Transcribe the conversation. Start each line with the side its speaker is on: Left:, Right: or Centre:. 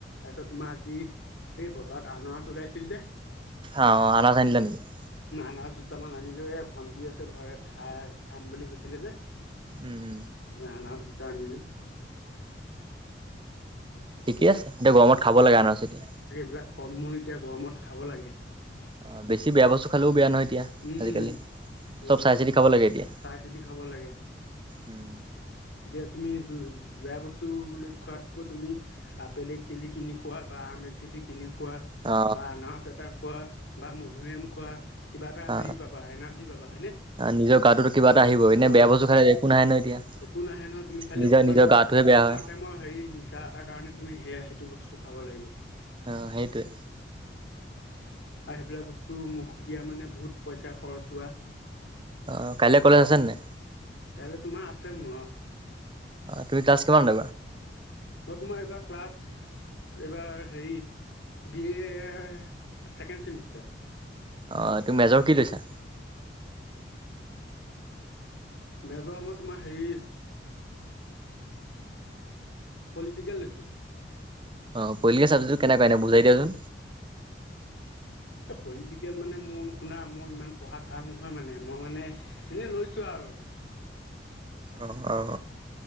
Left: তাৰপিছত তোমাৰ আজি এই বজাৰত আনাৰাজ ওলাইছিল যে।
Right: অ অ আল চনিলা নেকি <inaudible>
Left: না দুটামান আনিলো এ ভন্টি আছে ভ খাই খাম বুলি কৈছিলে যে <inaudible>
Right: উম
Left: আ আনাৰাজ দুটা আনিলো।
Right: ঠিকে আছে এতিয়া গৰমত খাব লাগে আনাৰ চিতিয়া <inaudible>
Left: এইলাক ফলূল এতিয়া গৰমত খাব লাগে
Right: অ বেছি বেয়া বস্তু খালেও বেয়া নহয় <unintelligible> এতিয়া
Left: উম
Right: আজিকালি
Left: সেইটো
Right: চ'ব চাই চিতি খাব লাগে। এতিয়া।
Left: চাই চিতি খাব লাগে।
Right: উম,
Left: এতিয়া তুমি বেয়া বস্তু বুলি খোৱাতকৈ তুমি আপেল এক কেজি কিনি খোৱা বা আম এক কেজি কিনি খোৱা
Right: অ
Left: বা আনাৰস এটা খোৱা বা মধুৰিআম খোৱা। কিবা এটা
Right: অ
Left: হেৰি পাবা এনাৰ্জি পাবা হয়নে?
Right: নিজৰ গাটোতো কিবা এটা আহিব এনে
Left: অ
Right: বেয়া বস্তু খালে একো নাহে ন এতিয়া।
Left: একো নাহে নহয় তুমি খালি
Right: নিজৰ
Left: অকমান
Right: নিজৰ গাটোহে বেয়া
Left: অকমান
Right: হয়
Left: টাইমৰ হেৰি নিচা এটাৰ কাৰণে তুমি হেয়য়া হেইটো বস্তু। খাব লাগিব।
Right: অ সেইটোৱে।
Left: আৰু সেইবিলাক বস্তু মুখ দিয়া মানে বহুত পইচা খৰচ হোৱা।
Right: অ' কাইলে কলেজ আছে ন নাই?
Left: কাইলৈ তোমাৰ আছে মোৰ অ,।
Right: অ তুমি ক্লাছ কিমান <unintelligible>
Left: ম তোমাৰ এইবাৰ ক্লাছ এইবাৰ হেৰি। B A second semester.
Right: অ' তোৰ মেজৰ কি লৈছা?
Left: মেজৰামত তোমাৰ হেৰি পলিটিকেল লছো।
Right: অ পলিটিকেল চাব্জ্টো কেনেুৱা এনে বুজাই দিয়াচোন।
Left: উ <unintelligible> পলিটিকেল মানে মই শুনা মই ইমান পঢ়াত ভাল নহয়। মানে মই মানে এনে লৈছোঁ আৰু।
Right: অ, অ,।